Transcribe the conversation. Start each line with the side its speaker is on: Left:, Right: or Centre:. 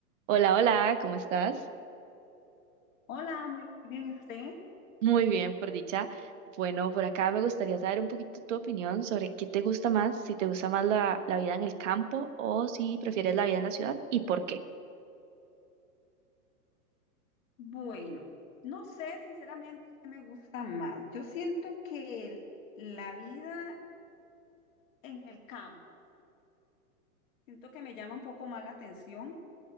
Right: Hola, hola, ¿cómo estás?
Left: Hola, muy bien, ¿y usted?
Right: Muy bien, por dicha. Bueno, por acá me gustaría saber un poquito tu opinión sobre qué te gusta más, si te gusta más la, la vida en el campo o si prefieres la vida en la ciudad y por qué.
Left: Bueno, no sé sinceramente qué me gusta más. Yo siento que el- la vida en el campo, siento que me llama un poco más la atención.